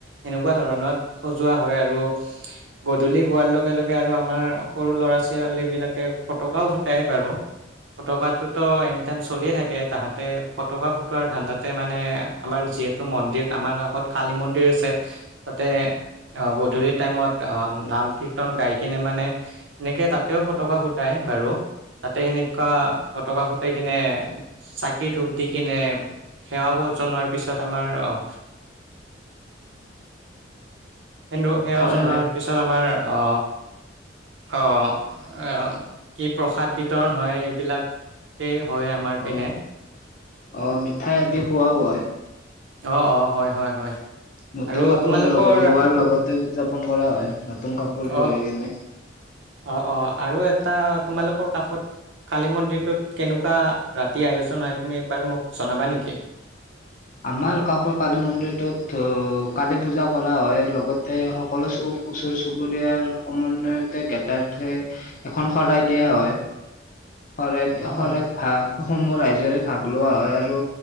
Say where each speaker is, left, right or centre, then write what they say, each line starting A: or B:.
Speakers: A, on the right; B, on the left.
A: এনেকুৱা ধৰণত সজোৱা হয়, আৰু গধূলি হোৱাৰ লগে-লগে আৰু আম আমাৰ সৰু ল'ৰা-ছোৱালীবিলাকে ফটকাও ফুটাই বাৰু ফটকাটোতো এনিটাইম চলিয়ে থাকে তাহাঁতে ফটকা ফুটোৱাৰ ধানদাতে মানে আমাৰ যীয়েত টো মন্দিৰ আমাৰ কাষত কালী মন্দিৰ আছে। তাতে গধূলি টাইমত নাম কীৰ্তন গাই কিনে মানে সেনেকৈ তাতেও ফটকা ফুটাই বাৰু তাতে সেনেকুৱা ফটকা ফুটাই কিনে চাকি ধূপ দি কিনে সেৱা জনোৱাৰ পিছত আমাৰ অ কিন্তু সেৱ
B: হয়
A: জনাৰ
B: হয়।
A: পিছত আমাৰ অ অ', অ ', এ, কি প্ৰসাদ বিতৰণ হয় এইবিলা কেই হয় আমাৰ
B: অ,
A: পিনে
B: অ', মিঠাই আদি
A: অ
B: খোৱাও হয়।
A: অ', অ', হয়, হয়, হয়।
B: নতুন
A: আৰু
B: কাপোৰ
A: তোমালোকৰ
B: লগ লোৱাৰ লগতে উদযাপন কৰা হয়, নতুন কাপোৰ
A: অ',
B: লৈ কিনে
A: অ', অ', আৰু এটা তোমালোকৰ কাষত কালী মন্দিৰটোত কেনেকুৱা ৰাতি আয়োজন হয় তুমি এবাৰ মোক জনাবা নেকি?
B: আমাৰ কাষৰ কালী মন্দিৰটোত কালী পূজা কৰা হয়, লগতে সকলো চো ওচৰ চুবুৰীয়াৰ সমন্বয়তে গেটাৰ্থে এখন শৰাই দিয়া হয় শৰাইত
A: অ',
B: শৰাইত
A: অ',
B: ভা সমূহ ৰাইজৰে ভাগ লোৱা হয় আৰু